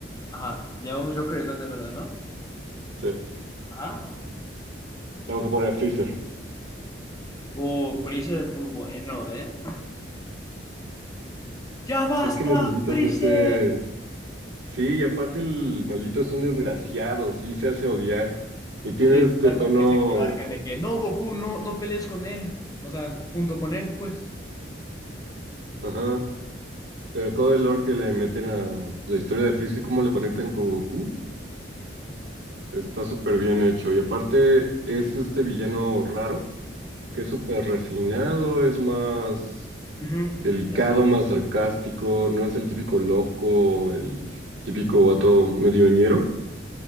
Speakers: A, on the left (about 20°); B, on the right (about 75°).
A: Ajá, llevamos Joker y Duende Verde, ¿no?
B: sí,
A: Ajá.
B: tengo que poner a Freezer.
A: Uh, Freezer es muy bueno, ¿eh? ¡Ya basta,
B: Es que necesitas
A: Freezer!
B: ese... Sí, y aparte el maldito son desgraciados, sí, se hace odiar. Y tiene
A: Sí, está
B: este tono...
A: con ese coraje de que no, Goku, no, no pelees con él. O sea, junto con él, pues.
B: Ajá. Pero todo el lore que le meten a la historia de Freezer, cómo lo conectan con Goku. Está súper bien hecho. Y aparte es este villano raro, que es súper refinado, es más
A: Ujú.
B: delicado,
A: Es,
B: más sarcástico, no es el típico loco, el típico vato medioñero.